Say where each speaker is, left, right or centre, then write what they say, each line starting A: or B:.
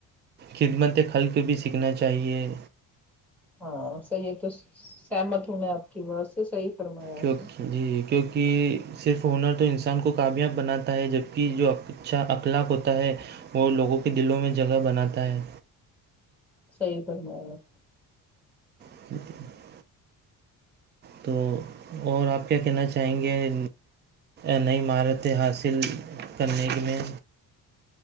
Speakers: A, on the right; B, in the centre.
A: خدمت خلق بھی سیکھنا چاہیے
B: ہاں صحیح تو سہمت ہوں میں آپ کی بات سے صحیح فرمایا آپ
A: کیونکہ
B: نے
A: جی کیونکہ صرف ہنر تو انسان کو کامیاب بناتا ہے جبکہ جو اچھا اخلاق ہوتا ہے وہ لوگوں کے دلوں میں جگہ بناتا ہے
B: صی بنا
A: ج تو اور آپ کیا کہنا چاہیں گے نئی مہارتیں حاصل کرنے میں